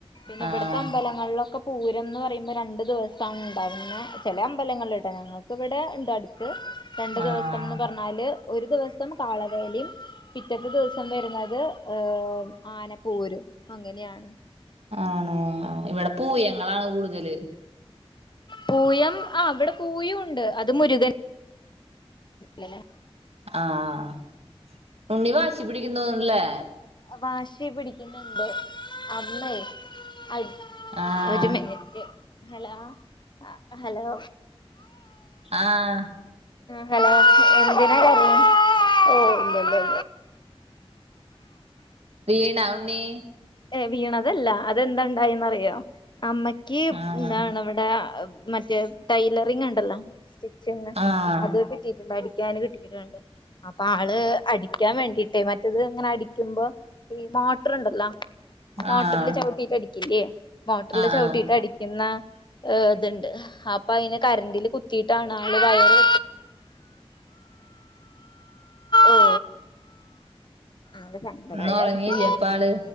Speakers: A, on the left; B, on the right.
A: പിന്നെ
B: ആഹ്
A: ഇവിടത്തെ അമ്പലങ്ങളിലൊക്കെ പൂരം എന്ന് പറയുമ്പോ രണ്ടു ദിവസാണ് ഉണ്ടാവുന്നത് ചില അമ്പലങ്ങളില്ട്ട ഞങ്ങൾക്ക് ഇവിടെ ഉണ്ട് അടു ട്ട് രണ്ട്
B: ആഹ്
A: ദിവസംന്ന് പറഞ്ഞ അതില് ഒരു ദിവസം കാളവേലിം പിറ്റത്തെ ദിവസം വരുന്നത് ഏഹ് ആനപ്പോരും അങ്ങനെയാണ്.
B: ആണോ? ഇവിടെ പൂയങ്ങളാണ് കൂടുതല്.
A: പൂയം ആഹ് ഇവടെ പൂയൂണ്ട് അത് മുരുകൻ ലല്ലേ?
B: ആഹ് ഉണ്ണീ വാശി പിടിക്കും തോന്ന്ണ്ല്ലേ?
A: വാശി പിടിക്കുന്നുണ്ട് അമ്മെ അ
B: ആഹ്
A: ഒരു മിനിറ്റ് ഹലോ ആഹ് ഹലോ
B: ആഹ്
A: ഹലോ എന്തിനാ കരയ്ണെ?
B: വീണോ ഉണ്ണി?
A: ഏയ് വീണതല്ല അതെന്ത ഇണ്ടായിന്നറിയോ? അമ്മയ്ക്ക്
B: ആഹ്
A: എന്താണ് അവിടെ മറ്റേ ടൈലറിങ്ണ്ടല്ലോ? സ്റ്റിച്ച് സ്റ്റിച്ചിംഗ്
B: ആഹ്
A: അത് കിട്ടിയിട്ടുണ്ട് അടിക്കാന് കിട്ടിയിട്ടുണ്ട്. അപ്പൊ ആള് അടിക്കാൻ വേണ്ടിയിട്ടേ മറ്റത് ഇങ്ങനെ അടിക്കുമ്പോ ഈ മോട്ടറ് ഇണ്ടല്ലോ മോട്ടറില്
B: ആഹ്
A: ചവിട്ടിട്ട് അടിക്കില്ലേ? മോട്ടറില്
B: ആഹ്
A: ചവിട്ടിയിട്ട് അടിക്കുന്ന ഏഹ് ഇത്ണ്ട് അപ്പൊ അയിന് കറണ്ടില് കുത്തിയിട്ടാണ് ആള് വയറ് ഓ അത സങ്കടായ
B: ഇന്ന് ഉറങ്ങിയില്ലേ
A: കുട്ടിക്ക്
B: അപ്പ ആള്